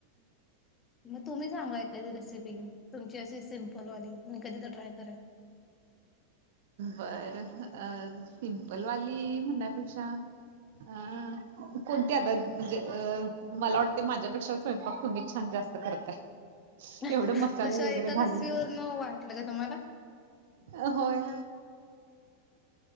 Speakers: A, on the left; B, on the right.
A: म तुम्ही सांगा एखादी रेसिपी. तुमची अशी सिम्पल वाली मी कधी तर ट्राय करेल? <inaudible>
B: बर. अ.. सिम्पलवाली म्हणण्या पेक्षा अ.. कोणती आता? म्हणजे अ.. मला वाटतय माझ्यापेक्षा स्वयंपाक तुम्हीच छान जा करताय.
A: <inaudible>
B: तेवढं मसाला
A: कशा
B: वैगेरे
A: एका
B: घालून
A: रेसिपी वरन वाटलं का तुम्हाला?
B: अ.. होय.